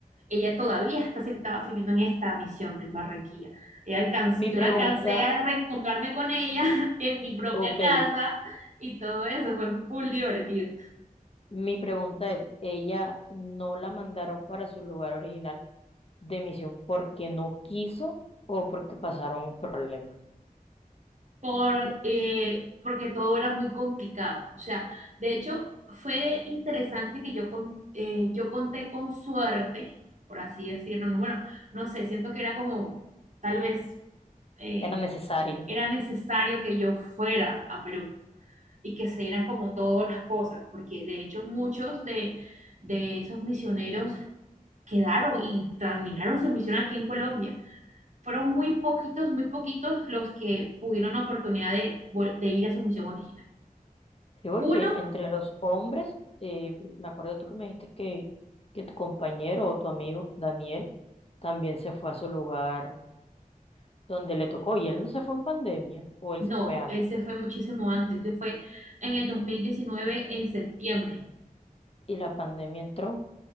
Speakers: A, on the right; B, on the left.
A: ella todavía está, estaba sirviendo en esta misión en Barranquilla. Ella alcan-
B: Mi
A: yo
B: pregunta,
A: la alcancé a reencontrarme con ella <laughs> en mi propia
B: ok,
A: casa y todo eso fue full divertido,
B: mi pregunta es, ¿ella no la mandaron para su lugar original de misión porque no quiso o porque pasaron problemas?
A: por, eh, porque todo era muy complicado. O sea, de hecho, fue interesante que yo, con- eh, yo conté con suerte, por así decirlo. No, bueno, no sé, siento que era como, tal vez eh,
B: Era necesario,
A: era necesario que yo fuera a Perú y que se dieran como todas las cosas, porque de hecho muchos de de esos misioneros quedaron y terminaron su misión aquí en Colombia. Fueron muy poquitos, muy poquitos los que pudieron la oportunidad de, vol- de ir a su misión original.
B: ¿sí? Porque
A: Uno,
B: entre los hombres, eh, me acuerdo tú que me dijiste que, que tu compañero o tu amigo, Daniel, también se fue a su lugar donde le tocó y él no se fue en pandemia o él
A: no,
B: se fue antes
A: él se fue muchísimo antes, se fue en el 2019 en septiembre.
B: y la pandemia entró